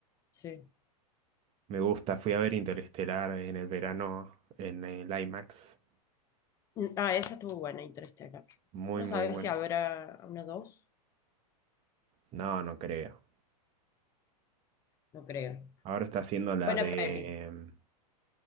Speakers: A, on the left (about 15°); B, on the right (about 30°).
A: Sí.
B: me gusta. Fui a ver Interestelar en el verano en el IMAX.
A: Ah, esa estuvo buena, Interstellar.
B: Muy,
A: No
B: muy
A: sabes
B: bueno.
A: si habrá una dos,
B: No, no creo.
A: no creo.
B: Ahora está haciendo la
A: Buena
B: de,
A: peli.
B: em,